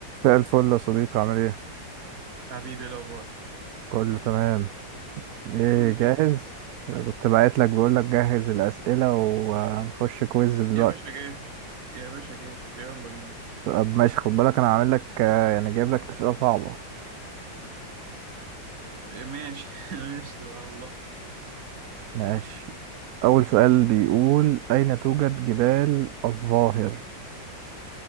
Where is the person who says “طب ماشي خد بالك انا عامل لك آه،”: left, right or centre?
Right